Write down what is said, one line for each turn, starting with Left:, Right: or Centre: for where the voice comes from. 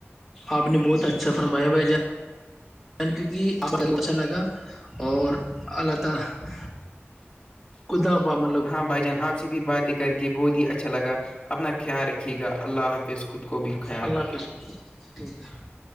Centre: آپ نے بہت اچھا فرمایا بھائی جان کیونکہ آپ اچھا لگا اور اللہ تعالی
Left: <inaudible>
Centre: ک آ مطلب <unintelligible>
Left: ہاں بھائی جان آپ سے بھی باتیں کر کے بہت ہی اچھا لگا اپنا خیال رکھیے گا اللہ حافظ کو خود کو بھی خیال
Centre: اللہ حافظ
Left: کیا
Centre: ٹھیک ہے